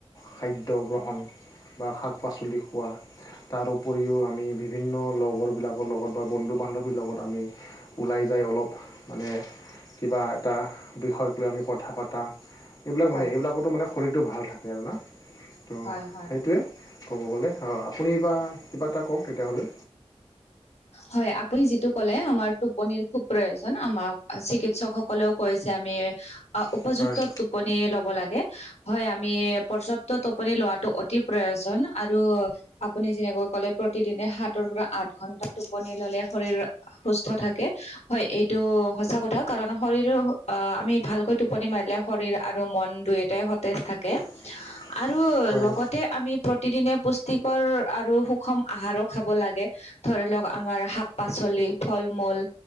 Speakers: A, on the left; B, on the left.
A: খাদ্য গ্ৰহণ। বা শাক-পাচলি খোৱা, তাৰ উপৰিও আমি বিভি,,, বিভিন্ন লগৰবিলাকৰ লগত বা বন্ধু-বান্ধৱীৰ লগত আমি ওলাই যায় অলপ মানে কিবা এটা বিষয়ক লৈ আমি কথা পাত এটা এইবিলাক
B: হয়
A: মানে এইবিলাকটো মানে শৰীৰটো ভাল থাকে আৰু না? তো,
B: হয় হয়
A: সেইটোৱে ক'ব গলে, অ, আপুনি এইবা কিবা এটা কওক তেতিয়া হ'লে।
B: হয়, আপুনি যিটো ক'লে, আমাৰ টোপনিৰ খুব প্ৰয়োজন। আমাৰ চিকিৎসক সকলেও কৈছে। আমি অ
A: হয়
B: উপযুক্ত টোপ টোপনি লব লাগে। হয়, আমি পৰ্যাপ্ত টোপনি লোৱাটো অতি প্ৰয়োজন আৰু আপুনি যেনেকৈ কলে, প্ৰতিদিনে সাতৰ পৰা আঠ ঘন্টা টোপনি ল'লে শৰীৰৰ সুস্থ থাকে। হয়, এইটো সঁচা কথা কাৰণ শৰীৰৰ আ আমি ভালকৈ টো টোপনি মাৰিলে শৰীৰ আৰু মন দুইটাই সতেজ থাকে।
A: <unintelligible>
B: আৰু
A: হয়
B: লগত তে আমি প্ৰতিদিনে পুষ্টিকৰ আৰু সুষম আহাৰো খাব লাগে। ধৰিলওক আমাৰ শাক-পাচলি, ফল-মূল,